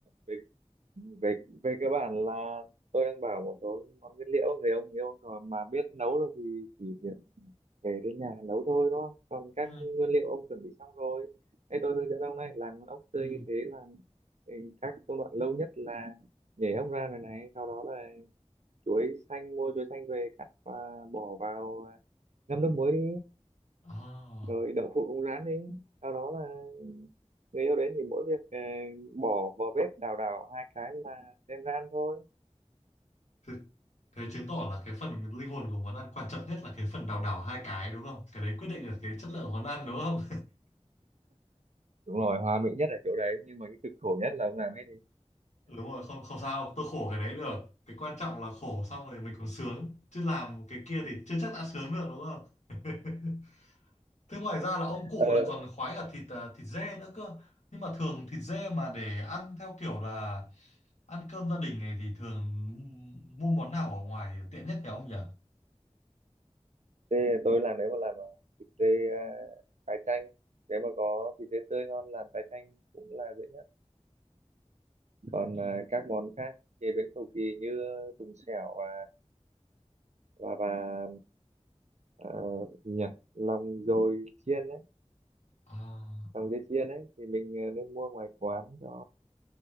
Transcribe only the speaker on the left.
ừ,
ừ.
À,
thế, thế chứng tỏ là cái phần linh hồn của món ăn quan trọng nhất là cái phần đào đảo hai cái đúng không cái đấy quyết định được cái chất lượng món ăn đúng không
<laughs> đúng rồi không không sao tôi khổ cái đấy được cái quan trọng là khổ xong rồi mình còn sướng chứ làm cái kia
thì chưa chắc đã sướng được đúng không <laughs> Thế ngoài ra là ông cụ
lại còn khoái cả thịt à, thịt dê nữa cơ. Nhưng mà thường thịt dê mà để ăn theo kiểu là ăn cơm gia đình này thì thường mua món nào ở ngoài tiện nhất nhỉ ông nhỉ?
Ừ.
À,